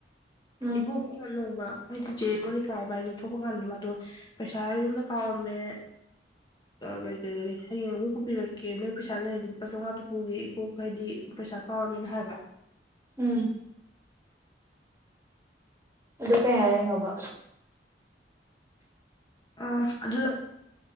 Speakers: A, on the right; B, on the left.
A: ꯎꯝ
B: ꯏꯕꯣꯛꯅ ꯅꯣꯡꯃ ꯍꯥꯏꯗꯤ ꯆꯦ ꯃꯣꯅꯤꯀꯥ ꯢꯕꯅꯤ ꯊꯣꯛꯄ ꯀꯥꯟꯗ ꯃꯥꯗꯣ ꯄꯩꯁꯥ ꯌꯨꯝꯗ ꯀꯥꯎꯔꯝꯃꯦ ꯀꯔꯤ ꯀꯔꯤ ꯀꯔꯤ ꯍꯌꯦꯡ ꯑꯃꯨꯛ ꯄꯨꯕꯤꯔꯛꯀꯦ ꯅꯣꯏ ꯄꯩꯁꯥ ꯂꯩꯔꯗꯤ ꯂꯨꯄꯥ ꯆꯎꯉꯥꯇ ꯄꯨꯨꯒꯦ ꯏꯕꯣꯛ ꯍꯥꯏꯗꯤ ꯄꯩꯁꯥ ꯀꯧꯔꯝꯃꯦꯅ ꯍꯥꯏꯕ
A: ꯎꯝ ꯑꯗꯨ ꯀꯩ ꯍꯥꯏꯔꯛꯏꯅꯣꯕ
B: ꯑ ꯑꯗꯨ